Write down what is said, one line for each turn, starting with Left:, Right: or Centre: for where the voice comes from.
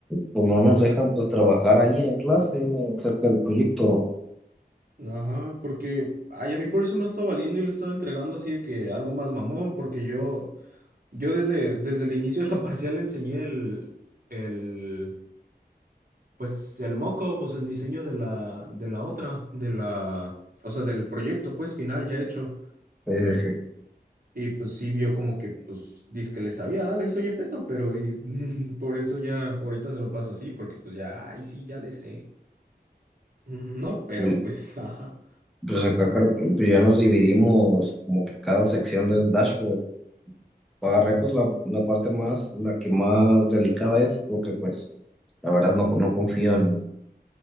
Centre: pues no nos dejan pues trabajar ahí en clase acerca del proyecto.
Right: Ajá, porque, ay, a mí por eso me ha estado valiendo y le he estado entregando así de que algo más mamón, porque yo, yo desde, desde el inicio de la <laughs> parcial enseñé el, el, pues el moco, pues el diseño de la, de la otra, de la, o sea, del proyecto, pues final ya hecho.
Centre: ¿no? Sí, sí, sí.
Right: Y pues sí vio como que, pues, dice que le sabía, ah, la hizo Yepeto, pero di- <laughs> por eso ya ahorita se lo paso así, porque pues ya, ay, sí, ya le sé. Mm, No, pero
Centre: Pues,
Right: pues, <laughs> ajá.
Centre: pues acá creo que, pues ya nos dividimos como que cada sección del dashboard. agarré pues la, la parte más, la que más delicada es, porque pues la verdad no, no confío en,